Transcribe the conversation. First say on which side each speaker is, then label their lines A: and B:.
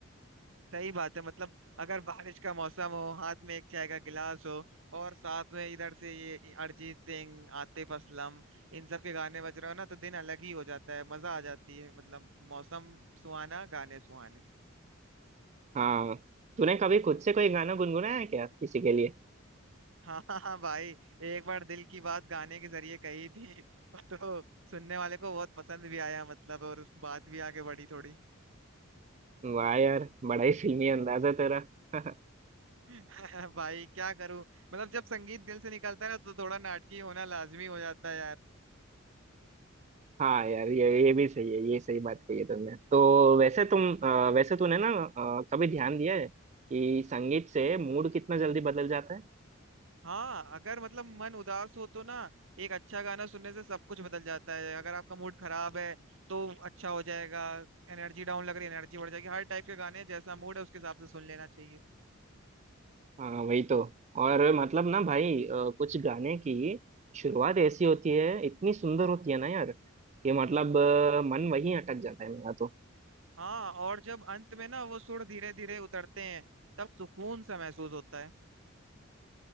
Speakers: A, on the right (about 65°); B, on the right (about 35°).
A: सही बात है मतलब अगर बारिश का मौसम हो हाथ में एक चाय का गिलास हो और साथ में इधर से ये अरिजीत सिंह आतिफ असलम इन सब के गाने बज रहे हो ना तो दिन अलग ही हो जाता है मजा आ जाती है मतलब मौसम सुहाना गाने सुहाने
B: हाँ तूने कभी खुद से कोई गाना गुनगुनाया है क्या किसी के लिए
A: <laughs> हाँ हाँ हाँ भाई एक बार दिल की बात गाने के जरिए कही थी <laughs> तो सुनने वाले को बहुत पसंद भी आया मतलब और बात भी आगे बढ़ी थोड़ी
B: वाह यार बड़ा ही फिल्मी अंदाजा तेरा <laughs>
A: <laughs> भाई क्या करूं मतलब जब संगीत दिल से निकलता है ना तो थोड़ा नाटकी होना लाजमी हो जाता है यार
B: हाँ यार ये ये भी सही है ये सही बात कही है तुमने तो वैसे तुम अ, वैसे तूने ना अ, कभी ध्यान दिया है कि संगीत से मूड कितना जल्दी बदल जाता है
A: हाँ अगर मतलब मन उदास हो तो ना एक अच्छा गाना सुनने से सब कुछ बदल जाता है अगर आपका मूड खराब है तो अच्छा हो जाएगा एनर्जी डाउन लग रही है एनर्जी बढ़ जाएगी हर टाइप के गाने हैं, जैसा मूड है उसके हिसाब से सुन लेना चाहिए
B: हाँ वही तो और मतलब ना भाई अ, कुछ गाने की शुरुआत ऐसी होती है इतनी सुंदर होती है ना यार कि मतलब अ, मन वहीं अटक जाता है मेरा तो
A: हाँ और जब अंत में ना वो सुर धीरे धीरे उतरते हैं तब सुकून सा महसूस होता है